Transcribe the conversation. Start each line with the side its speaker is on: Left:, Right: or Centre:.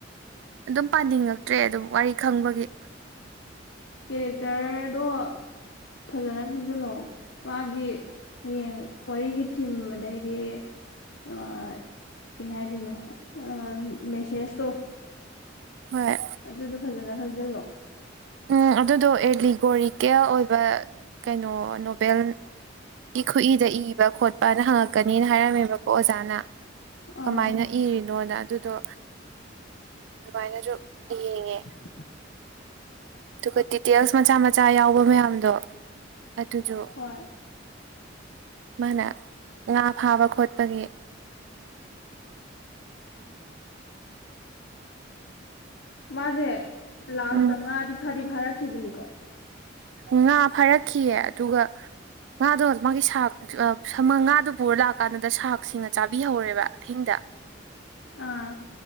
Right: ꯑꯗꯨꯝ ꯄꯥꯅꯤꯡꯉꯛꯇ꯭ꯔꯦ ꯑꯗꯨꯝ ꯋꯥꯔꯤ ꯈꯪꯕꯒꯤ
Left: ꯀꯦꯔꯦꯛꯇꯔꯗꯣ ꯐꯖꯅ ꯈꯪꯖꯤꯜꯂꯛꯑꯣ ꯃꯥꯒꯤ ꯍꯌꯦꯡ ꯋꯥꯔꯤꯒꯤ ꯊꯤꯝ ꯑꯗꯩꯗꯤ ꯑꯥ ꯀꯩ ꯍꯥꯏꯗꯣꯏꯅꯣ ꯑꯥ ꯃꯦꯁꯦꯁꯇꯣ
Right: ꯍꯣꯏ
Left: ꯑꯗꯨꯗꯣ ꯐꯖꯅ ꯈꯪꯖꯤꯜꯂꯣ
Right: ꯎꯝ ꯑꯗꯨꯗꯣ ꯑꯦꯂꯤꯒꯣꯔꯤꯀꯦꯜ ꯑꯣꯏꯕ ꯀꯩꯅꯣ ꯅꯣꯕꯦꯜ ꯏ ꯈꯨꯏꯗ ꯏꯕ ꯈꯣꯠꯄꯅ ꯍꯪꯉꯛꯀꯅꯤꯅ ꯍꯥꯏꯔꯝꯃꯦꯕꯀꯣ ꯑꯣꯖꯥꯅ ꯀꯃꯥꯏꯅ
Left: ꯑꯥ
Right: ꯏꯔꯤꯅꯣꯅ ꯑꯗꯨꯗꯣ ꯑꯗꯨꯃꯥꯏꯅꯁꯨ ꯌꯦꯡꯉꯦ
Left: <inaudible>
Right: ꯑꯗꯨꯒ ꯗꯤꯇꯦꯜꯁ ꯃꯆꯥ ꯃꯆꯥ ꯌꯥꯎꯕ ꯃꯌꯥꯝꯗꯣ ꯑꯗꯨꯁꯨ
Left: ꯍꯣꯏ
Right: ꯃꯥꯅ ꯉꯥ ꯐꯥꯕ ꯈꯣꯠꯄꯒꯤ
Left: ꯃꯥꯁꯦ ꯂꯥꯁꯇ
Right: ꯎꯝ
Left: ꯉꯥꯗꯤ ꯐꯥꯗꯤ ꯐꯥꯔꯛꯈꯤꯕꯅꯤꯀꯣ
Right: ꯉꯥ ꯐꯥꯔꯛꯈꯤꯌꯦ ꯑꯗꯨꯒ ꯉꯥꯗꯣ ꯃꯥꯒꯤ ꯁꯥꯛ ꯁꯥꯃ ꯉꯥꯗꯨ ꯄꯨꯔ ꯂꯥꯛꯀꯥꯟꯗꯨꯗ ꯁꯥꯛꯁꯤꯡꯅ ꯆꯥꯕꯤꯍꯧꯔꯦꯕ ꯑꯍꯤꯡꯗ
Left: ꯑꯥ